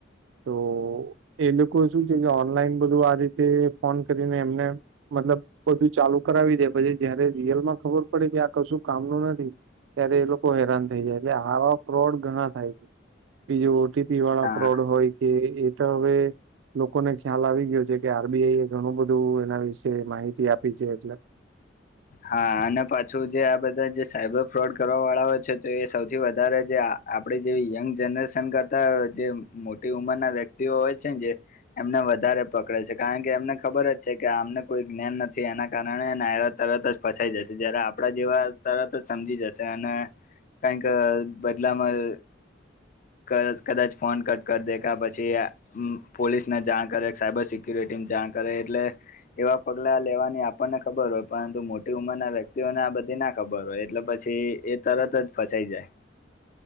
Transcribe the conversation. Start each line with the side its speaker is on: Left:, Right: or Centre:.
Right: તો એ લોકો શું છે કે ઓનલાઈન બધું આ રીતે ફોન કરીને એમને. મતલબ બધું ચાલુ કરાવી દે પછી જયારે રિયલમાં ખબર પડે કે આ કશું કામનું નથી. ત્યારે એ લોકો હેરાન થઈ જાય એટલે આ ફ્રોડ ઘણા થાય છે બીજ ઓટીપી વાળા
Left: હા
Right: ફ્રોડ હોય કે એ તો હવે લોકોને ખ્યાલ આવી ગયો છે કે આરબીઆઈ એ ઘણું બધું એના વિશે માહિતી આપી છે એટલે
Left: હા અને પાછું જે આ બધા જે સાયબર ફ્રોડ કરવા વાળા હોય છે તો એ સૌથી વધારે જે આપડે જે યંગ જનરેશન કરતા જે મોટી ઉંમર ના વ્યક્તિઓ હોય છે જે એમને વધારે પકડે છે કારણ કે એમને ખબર જ છે કે આમને કોઈ જ્ઞાન નથી એના કારણે નાયરાત તરત જ ફસાઈ જશે જયારે આપડા જેવા તરત જ સમજી જશે અને કારણ કે બદલામાં કદાચ ફોન કટ કર દે કા પછી પોલીસ ને જાણ કરે સાયબર સિક્યુરિટી જાણ કરે એટલે એવા પગલા લેવાની આપણને ખબર હોય. પરંતુ મોટી ઉંમરના વ્યક્તિઓને આ બધી ના ખબર હોય એટલે પછી એ તરત જ ફસાઈ જાય.